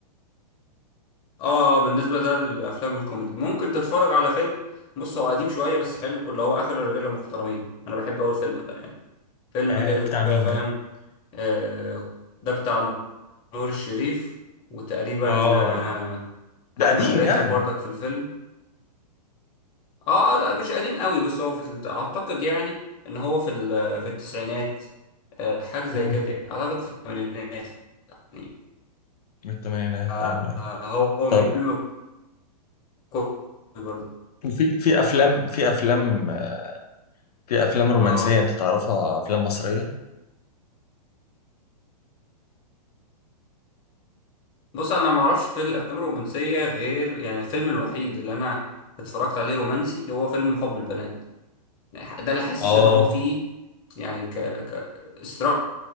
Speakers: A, on the left; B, on the left.
A: اه آه، بالنسبه ده للافلام الكوميدي ممكن تتفرج على فيلم بص هو قديم شويه بس حلو اللي هو اخر الرجاله المحترمين انا بحب اول فيلم ده يعني فيلم
B: آه
A: كده
B: بتاع مين
A: فاهم
B: ده؟
A: آه ده بتاع نور الشريف وتقريبا
B: اه
A: آه
B: ده
A: احمد
B: قديم
A: راتب
B: يعني
A: برضك في الفيلم اه آه، لا مش قديم قوي بس هو في ال- اعتقد يعني ان هو في ال- في التسعينات آه، حاجه زي
B: امم
A: كده يعني اعتقد في الثمانينات يعني
B: من الثمانينات
A: آه،
B: ايوه ايوه
A: آه، هو
B: طب
A: من فيلم كوري برضه
B: في في افلام في افلام آه، في افلام رومانسيه
A: اه
B: انت تعرفها افلام مصريه
A: بص انا ما اعرفش في الافلام الرومانسيه غير يعني الفيلم الوحيد اللي انا اتفرجت عليه رومانسي هو فيلم حب البنات يعني ده اللي حاسس
B: اه
A: ان هو فيه يعني ك ك